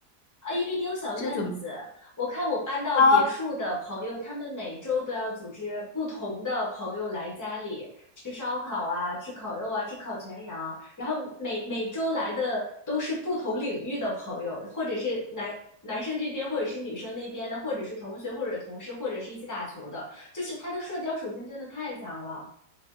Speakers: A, on the left; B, on the left.
A: 啊，因为你有小院子，
B: 这怎么？
A: 我看我搬到别墅的朋友，
B: 啊
A: 他们每周都要组织不同的朋友来家里吃烧烤啊，吃烤肉啊，吃烤全羊，然后每每周来的都是不同领域的朋友，或者是男男生这边，或者是女生那边的，或者是同学，或者是同事，或者是一起打球的，就是他的社交属性真的太强了。